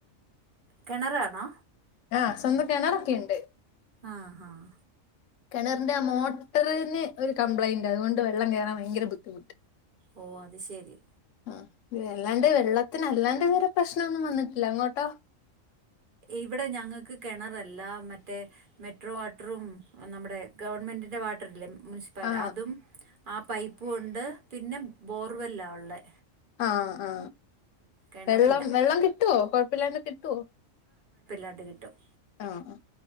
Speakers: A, on the right; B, on the left.
A: കിണറാണോ
B: ആഹ സ്വന്തം കിണറൊക്കെയുണ്ട്
A: ആഹ് ആഹ്
B: കെണറിന്റെ ആ മോട്ടറിന് ഒരു കംപ്ലൈയിന്റ് അതുകൊണ്ട് വെള്ളം കേറാൻ ഭയങ്കര ബുദ്ധിമുട്ട്
A: ഓ അത് ശെരി
B: ആ വെല്ലാണ്ട് വെള്ളത്തിന് അല്ലാണ്ട് വേറെ പ്രശ്നൊന്നും വന്നിട്ടില്ല അങ്ങോട്ടോ
A: ഇവിടെ ഞങ്ങൾക്ക് കിണറല്ല മറ്റേ മെട്രോവാട്ടറും നമ്മുടെ ഗവൺമെന്റ് എന്റെ വാട്ടറിലും മുനിസിപ്പാലി
B: ആ
A: അതും ആ പൈപ്പുംണ്ട് പിന്നെ ബോർവെല്ലാ ഉള്ളെ
B: ആ ആ
A: കിണറില്ല
B: വെള്ളം വെള്ളം കിട്ടുവോ? കൊഴപ്പില്ലാണ്ട് കിട്ടുവോ?
A: അ കിട്ടും
B: ആ ആ